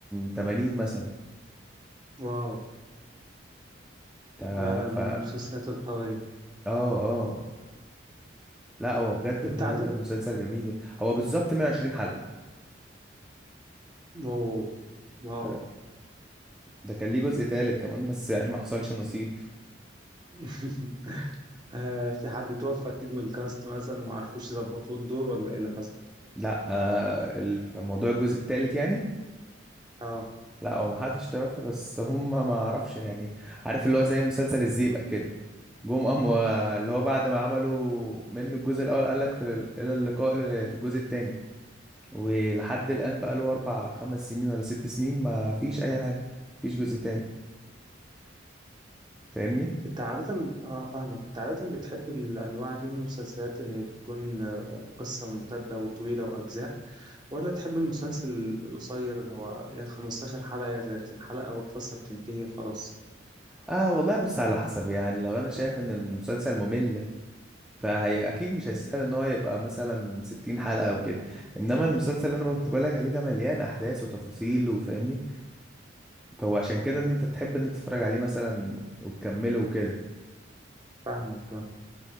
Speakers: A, in the centre; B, on the right.
A: 80 مثلا
B: واو
A: تا-
B: لا ده
A: ف
B: من
A: اه
B: المسلسلات القوية
A: اه لا هو بجد
B: أنت
A: بجد
B: عدد
A: مسلسل جميل يعني. هو بالظبط 120 حلقة
B: واو واو
A: ف- ده كان ليه جزء تالت كمان بس يعني ما حصلش نصيب
B: <laughs> آه في حد توفى أكيد من الكاست مثلا وما عرفوش يظبطوا الدور ولا إيه اللي حصل؟
A: لا آه ال- في موضوع الجزء التالت يعني
B: آه
A: لا هو ما حدش توفى بس هم ما اعرفش يعني عارف اللي هو زي مسلسل الزيبق كده جم قام و- اللي هو بعد ما عملوا منه الجزء الاول قال لك في ال- الى اللقاء ل- في الجزء التاني ولحد الآن بقى له أربع خمس سنين ولا ست سنين ما فيش أي حاجة مفيش جزء تاني فاهمني؟
B: انت عادة اه فاهمك انت عادة بتحب الانواع دي من المسلسلات اللي هي بتكون آه، قصة ممتدة وطويلة واجزاء ولا تحب المسلسل القصير اللي هو يا 15 حلقة يا 30 حلقة والقصة بتنتهي وخلاص
A: اه والله بص على حسب يعني لو انا شايف ان المسلسل ممل فهي اكيد مش هيستاهل ان هو يبقى مثلا 60 حلقة او كده انما المسلسل اللي انا كنت بقول لك عليه ده مليان احداث وتفاصيل وفاهمني فهو عشان كده ان انت تحب ان أنت تتفرج عليه مثلا وتكمله وكده
B: فاهمك اه